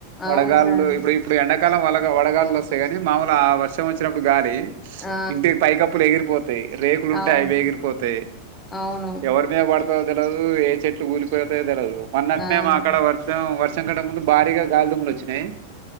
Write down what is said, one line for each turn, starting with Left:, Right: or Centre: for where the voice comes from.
Left: అవును
Right: వడగాలు
Left: సార్.
Right: లు ఇప్పుడు ఇప్పుడ ఎండకాలం వలగా వడగాళ్ లోస్ స్తే కాని మాముూలు ఆ వర్షం వచ్చినప్పుడు గాలి
Left: ఆ!
Right: ఇంటికి పై కప్పులు ఎగిరిపోత యి రేకులు ఉంటే
Left: అవును.
Right: అవి ఎగిరిపోతాయి
Left: అవును.
Right: ఎవరి మీద పడత తెలదు ఏ చెట్లు కూలిపోతయో తెల్వదు మొన్నట్నే
Left: అవును.
Right: మా క్కడ వర్షం వర్ం కటె ముందు భారీగా గాలిదుమ్ములు వచ్చినాయి